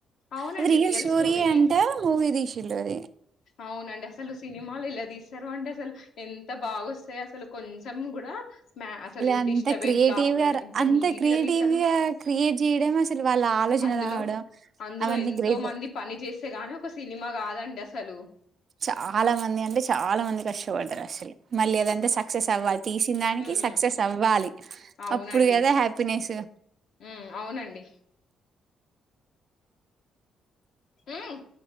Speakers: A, on the left (about 65°); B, on the right (about 55°).
A: అవునండి
B: అది రియల్ స్టోరీ
A: స్టోరీనే
B: అంటా మూవీ దీషిళ్ళు అది
A: అవునండి అసలు సిని నిమాలు ఎలా అది తీస్తరు అంటే అసలు ఎంత బాగొస్తాయి అసలు కొంచం గుడా మ్యా అసలు
B: అంత
A: డిస్టబెన్స్
B: క్రియేటివ్
A: కాకుండ
B: గా
A: ఎంత
B: అంత
A: నీట్గా
B: క్రియేటివ్
A: తీస్తరు
B: గా క్రియేట్ చేయడం అసలు వాళ్ళ ఆలోచన
A: అందులో
B: రావడం
A: అందులో
B: అవన్నీ
A: ఎంతో
B: గ్రేట్
A: మంది పని చేస్తే గాని ఒక సినిమా కాదంన్ గసలూ
B: చాలా మంది అంటే చాలా మంది కష్టపడ్డరు చి మళ్ళీ అదంత సక్సెస్ అవ్వాలి తీసిన్ దానికి
A: హ్మ్. హ్మ్.
B: సక్సెస్ అవ్వాలి
A: అవునండి
B: అప్పుడు గదా హ్యాపీనెసు
A: ఉమ్ అవునండి ఏయ్